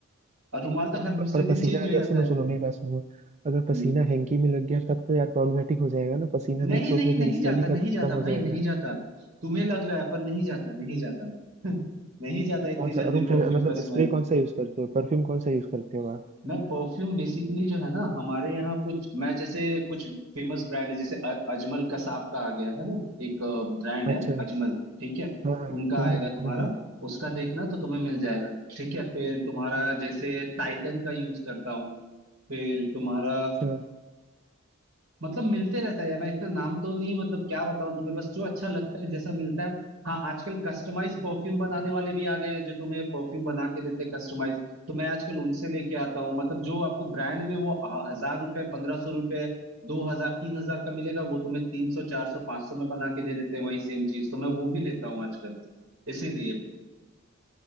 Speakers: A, on the right; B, on the right.
A: और रुमाल तो हर दूसरे
B: प- पर
A: दिन
B: पसीना
A: चेंज हो
B: अगर
A: जाता
B: सुनो
A: है
B: सुनो मेरी बात सुनो अगर पसीना
A: हम्म।
B: हैंकी में लग गया तब तो यार प्रॉब्लमेटिक हो जाएगा ना पसीना
A: नहीं
B: मिक्स होके
A: नहीं नहीं
B: फिर
A: जाता
B: स्मेल ही खत्म
A: नहीं जाता
B: हो
A: भाई
B: जाएगा
A: नहीं जाता तुम्हें लग रहा है पर नहीं जाता नहीं जाता नहीं जाता
B: कौन
A: इतनी
B: सा
A: जल्दी
B: रूम
A: परफ्यूम
B: फ्रेश मतलब
A: का स्मेल
B: स्प्रे कौन सा यूज करते हो परफ्यूम कौन सा यूज करते हो आप
A: मैं परफ्यूम बेसिकली जो है ना हमारे यहाँ कुछ मैं जैसे कुछ फेमस ब्रांड है जैसे अ- अजमल कसाब का आ गया है ना एक ब्रांड
B: अच्छा
A: है अजमल ठीक है
B: हाँ
A: उनका
B: हम्म
A: आएगा
B: हम्म,
A: तुम्हारा
B: हम्म,
A: उसका देखना तो तुम्हें मिल जाएगा ठीक है फिर तुम्हारा जैसे टाइटन का यूज करता हूँ फिर तुम्हारा
B: अच्छा
A: मतलब मिलते रहता है यार मैं इतना नाम तो नहीं मतलब क्या बताऊं तुम्हें बस जो अच्छा लगता है जैसा मिलता है हाँ आजकल कस्टमाइज परफ्यूम बनाने वाले भी आ गए हैं जो तुम्हें परफ्यूम बना के देते हैं कस्टमाइज तो मैं आजकल उनसे लेके आता हूँ मतलब जो आपको ब्रांड में वो अ, हजार रुपए पंद्रह सौ रुपए दो हजार तीन हजार का मिलेगा वो तुम्हें तीन सौ चार सौ पांच सौ में बना के दे देते हैं वही सेम चीज तो मैं वो भी लेता हूँ आजकल इसीलिए